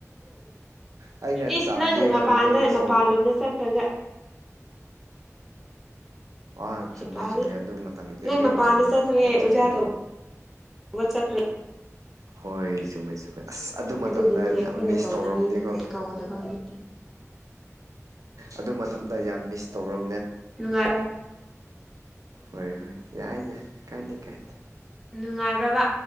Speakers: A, on the right; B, in the centre.
A: ꯑꯩꯅ
B: ꯏꯁ
A: ꯆꯥꯝꯕꯤꯔꯒ
B: ꯅꯪ ꯃꯄꯥꯟꯗ
A: ꯅꯣꯏ
B: ꯃꯄꯥꯟꯂꯣꯝꯗ
A: ꯀꯧ
B: ꯆꯠꯈ꯭ꯔꯒ
A: ꯑꯥ
B: ꯍꯥꯏꯄꯥꯗꯤ
A: ꯆꯨꯝꯗꯤ ꯆꯨꯝꯃꯦ ꯑꯗꯨ ꯃꯇꯝꯗꯤ
B: ꯅꯪ
A: ꯍꯣꯏ
B: ꯃꯄꯥꯟꯗ
A: ꯆꯨꯝꯃꯦ
B: ꯆꯠꯈ꯭ꯔꯦ
A: ꯑꯩ
B: ꯑꯣꯖꯥ
A: ꯆꯠꯈ꯭ꯔꯦꯀꯣ
B: ꯇ ꯍꯕ ꯆꯀ꯭ꯔꯦ
A: ꯍꯣꯏ ꯆꯨꯝꯃꯦꯩ ꯆꯨꯝꯃꯩ ꯑꯁ ꯑꯗꯨ ꯃꯇꯝꯗ
B: ꯑꯗꯨꯒꯤꯅꯦ ꯑꯩꯈꯣꯏꯅ
A: ꯌꯥꯝ ꯃꯤꯁ
B: ꯀꯧꯗꯕꯒꯤ
A: ꯇꯧꯔꯕꯝꯅꯤꯀꯣ
B: ꯅꯠꯇꯦ ꯀꯧꯗꯕꯒꯤ ꯅꯠꯇꯦ
A: ꯑꯗꯨ ꯃꯇꯝꯗ ꯌꯥꯝ ꯃꯤꯁ ꯇꯧꯔꯝ
B: ꯅꯨꯡꯉꯥꯏꯔꯣ
A: ꯍꯣꯏ ꯍꯣꯏ ꯌꯥꯏ ꯌꯥꯏ ꯀꯥꯏꯗ ꯀꯥꯏꯗ
B: ꯅꯨꯡꯉꯥꯏꯕ꯭ꯔꯕ